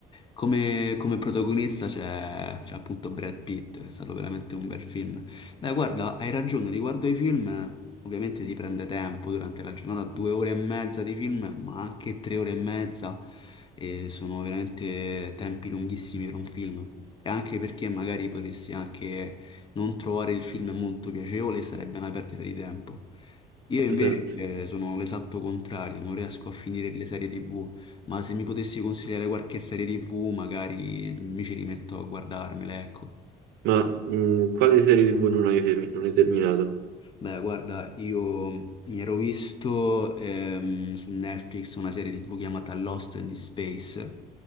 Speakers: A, on the left; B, on the right.
A: Come, come protagonista c'è c'è appunto Brad Pitt, è stato veramente un bel film. Beh, guarda, hai ragione, riguardo ai film, ovviamente si prende tempo durante la giornata, due ore e mezza di film, ma anche tre ore e mezza, e sono veramente tempi lunghissimi per un film. E anche perché magari potresti anche non trovare il film molto piacevole, sarebbe una perdita di tempo. Io invece
B: esatto.
A: eh, sono l'esatto contrario, non riesco a finire le serie TV. Ma se mi potessi consigliare qualche serie TV, magari mi ci rimetto a guardarmela, ecco.
B: Ma mh, quale serie TV non hai, termi- non hai terminato?
A: Beh, guarda, io mi ero visto ehm, su Netflix una serie TV chiamata Lost in Space